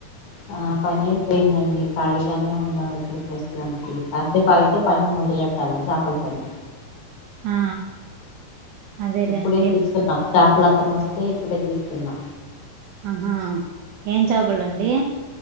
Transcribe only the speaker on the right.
ఆ అదేలేండి
ఆహా ఏం చాపలండి